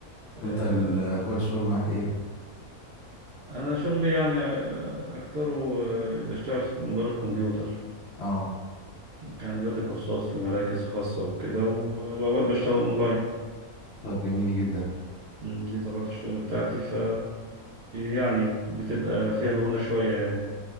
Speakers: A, on the right (about 65°); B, on the left (about 55°).
A: آه
B: وانت ال- اخبار الشغل معاك ايه
A: انا شغلي يعني آه، اكتره آه، بشتغل في مدرب كمبيوتر
B: اه
A: يعني بدي كورسات في مراكز خاصة وكده و- واوقات بشتغل اونلاين
B: طيب جميل جدا
A: مم، دي طبيعة الشغل بتاعتي ف يعني بتبقى فيها مرونة شوية يعني